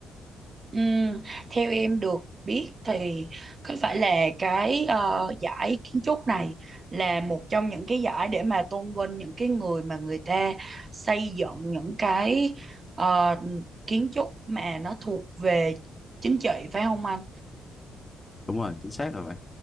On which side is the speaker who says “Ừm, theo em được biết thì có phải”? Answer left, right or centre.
Right